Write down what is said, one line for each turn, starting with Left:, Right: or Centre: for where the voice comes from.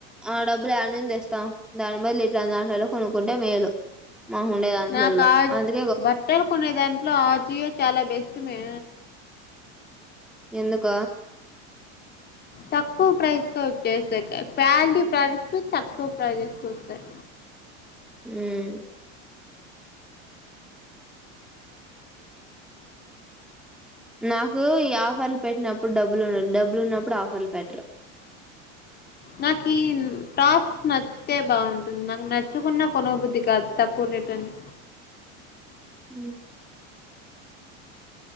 Centre: ఆ డబ్బులు యాడ నుండి తెస్తాం దాని బదులు ఇట్లా దాంట్లో కొనుక్కుంటే మేలు మా ఉండే దాంట్లలో
Left: నాకు ఆ
Centre: అందుక
Left: బట్టలు కొనే దాంట్లో ఆజియో చాలా బెస్ట్ మై
Centre: ఎందుక
Left: తక్కువ ప్రైస్ క వచ్చేస్తాయి క్వాలిటీ ప్రస్ట్ తక్కువ ప్రైజెస్ వస్తాయి.
Centre: ఉం నాకు ఈ ఆఫర్లు పెట్టినప్పుడు డబ్బులు ఉండడి డబ్బులు ఉన్నప్పుడు ఆఫర్లు పెట్టరు.
Left: నాకు ఈ టాప్స్ నచ్చితే బాగుంటుంది నాకు నచ్చకున్న కొన బుద్ధి కాదు తక్కువ చేపండి
Centre: హ్మ్